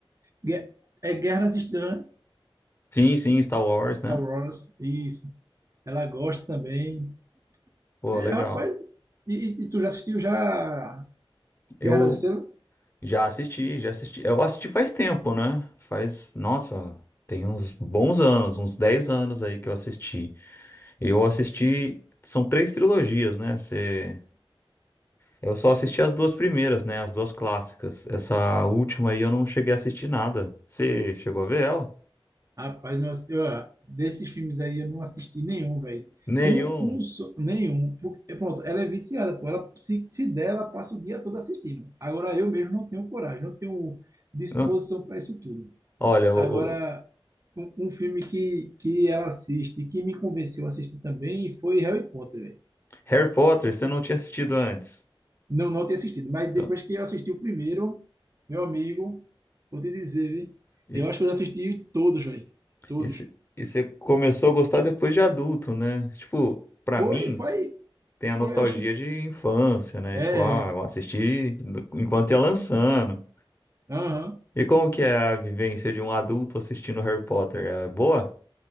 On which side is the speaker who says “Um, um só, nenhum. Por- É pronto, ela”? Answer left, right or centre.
Right